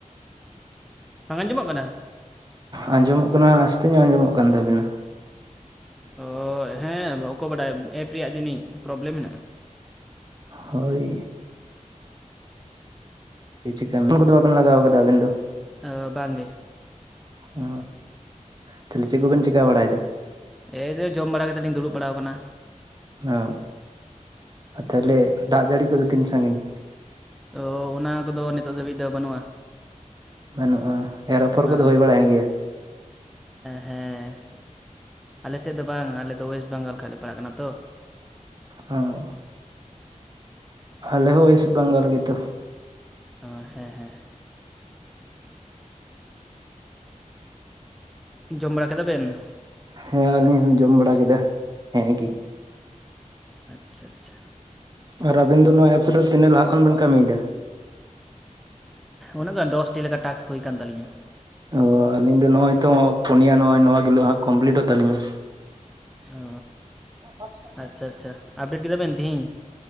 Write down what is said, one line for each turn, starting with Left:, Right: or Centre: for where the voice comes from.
Centre: ᱵᱟᱝ ᱟᱸᱡᱚᱢᱚᱜ ᱠᱟᱱᱟ?
Right: ᱟᱸᱡᱚᱢᱚᱜ ᱠᱟᱱᱟ ᱟᱥᱛᱮ ᱧᱚᱜ ᱟᱸᱡᱚᱢᱚᱜ ᱠᱟᱱ ᱛᱟᱵᱤᱱᱟ᱾
Centre: ᱚ, ᱦᱮᱸ ᱚᱠᱚ ᱵᱟᱰᱟᱭ ᱮᱯ ᱨᱮᱭᱟᱜ ᱡᱟᱹᱱᱤᱡ ᱯᱨᱚᱵᱞᱮᱢ ᱢᱮᱱᱟᱜ-ᱟ᱾
Right: ᱦᱳᱭ᱾ <unintelligible> ᱠᱚᱫᱚ ᱵᱟᱵᱮᱱ ᱞᱟᱜᱟᱣ ᱠᱟᱫᱟ ᱟᱹᱵᱤᱱ ᱫᱚ?
Centre: ᱟᱹ, ᱵᱟᱝ ᱜᱮ᱾
Right: ᱚ, ᱛᱟᱦᱞᱮ ᱪᱮᱫ ᱠᱚᱵᱮᱱ ᱪᱮᱠᱟ ᱵᱟᱲᱟᱭᱮᱫᱟ᱾
Centre: ᱮᱹᱭᱨᱮ ᱡᱚᱢ ᱵᱟᱲᱟ ᱠᱟᱛᱮ ᱞᱤᱧ ᱫᱩᱲᱩᱵ ᱵᱟᱲᱟᱣ ᱠᱟᱱᱟ᱾
Right: ᱚ, ᱟᱨ ᱛᱟᱦᱞᱮ ᱫᱟᱜ ᱡᱟᱹᱲᱤ ᱠᱚᱫᱚ ᱛᱤᱱ ᱥᱟᱺᱜᱤᱧ?
Centre: ᱚ, ᱚᱱᱟ ᱠᱚᱫᱚ ᱱᱤᱛᱚᱜ ᱫᱷᱟᱹᱵᱤᱡ ᱫᱚ ᱵᱟᱹᱱᱩᱜ-ᱟ᱾
Right: ᱵᱟᱹᱱᱩᱜ-ᱟ ᱮᱨ ᱟᱯᱷᱚᱨ
Centre: ᱵᱟᱝᱜᱮ
Right: ᱠᱚᱫᱚ ᱦᱩᱭ ᱵᱟᱲᱟᱭᱮᱱ ᱜᱮᱭᱟ?
Centre: ᱦᱮᱸ, ᱟᱞᱮᱥᱮᱫ ᱫᱚ ᱵᱟᱝ ᱟᱞᱮᱫᱚ ᱚᱭᱮᱥᱴ ᱵᱮᱝᱜᱚᱞ ᱠᱷᱚᱡ ᱞᱮ ᱯᱟᱲᱟᱜ ᱠᱟᱱᱟ ᱛᱚ᱾
Right: ᱚ᱾ ᱟᱞᱮ ᱦᱚᱸ ᱚᱭᱮᱥᱴ ᱵᱮᱝᱜᱚᱞ ᱨᱮᱜᱮ ᱛᱚ᱾
Centre: ᱚ, ᱦᱮᱸ ᱦᱮᱸ᱾ ᱡᱚᱢ ᱵᱟᱲᱟ ᱠᱮᱫᱟ ᱵᱮᱱ?
Right: ᱦᱮᱸ ᱟᱹᱞᱤᱧ ᱦᱚᱞᱤᱧ ᱡᱚᱢ ᱵᱟᱲᱟ ᱠᱮᱫᱟ ᱦᱮᱸ ᱜᱮ᱾
Centre: ᱟᱪᱪᱷᱟ ᱟᱪᱪᱷᱟ᱾
Right: ᱟᱨ ᱟᱵᱮᱱ ᱫᱚ ᱱᱚᱣᱟ ᱮᱯᱥ ᱨᱮ ᱛᱤᱱᱟᱹᱜ ᱞᱟᱦᱟ ᱠᱷᱚᱱ ᱵᱮᱱ ᱠᱟᱹᱢᱤᱭᱮᱫᱟ?
Centre: ᱩᱱᱟᱜ ᱜᱟᱱ ᱫᱚᱥᱴᱤ ᱞᱮᱠᱟ ᱴᱟᱠᱥ ᱦᱩᱭ ᱠᱟᱱ ᱛᱟᱞᱤᱧᱟ᱾
Right: ᱚ, ᱟᱹᱞᱤᱧ ᱫᱚ ᱱᱚᱜ-ᱚᱭ ᱛᱚ ᱯᱩᱱᱭᱟ ᱱᱚᱜ-ᱚᱭ ᱱᱚᱣᱟ ᱜᱤᱞᱳᱜ ᱦᱟᱸᱜ ᱠᱚᱢᱯᱤᱞᱤᱴᱚᱜ ᱛᱟᱹᱞᱤᱧᱟ᱾
Centre: ᱚ᱾
Right: <unintelligible>
Centre: ᱟᱪᱪᱷᱟ ᱟᱪᱪᱷᱟ <unintelligible> ᱛᱤᱦᱤᱧ